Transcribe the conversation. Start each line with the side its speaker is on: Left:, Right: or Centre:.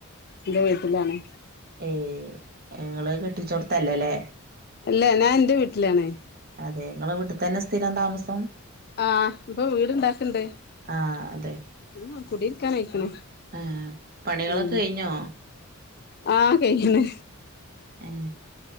Left: ന്റെ വീട്ടിലാണ്.
Right: ഏ ഞങ്ങള് കെട്ടിച്ചോടുത്തല്ലലേ.
Left: അല്ല ഞാൻ ഇന്റെ വീട്ടിലാണേ.
Right: അതെ ങ്ങളെ വീട്ട് തന്നെ സ്ഥിരം താമസം.
Left: ആ ഇപ്പൊ വീട്ണ്ടാക്ക്ണ്ട്.
Right: ആഹ് അതെ
Left: ഉം കുടിരിക്കാനയിക്ക്ണ്
Right: ഏഹ് പണികളൊക്കെ
Left: ഉം.
Right: കഴിഞ്ഞോ
Left: ആഹ കഴിഞ്ഞണ്
Right: ഏ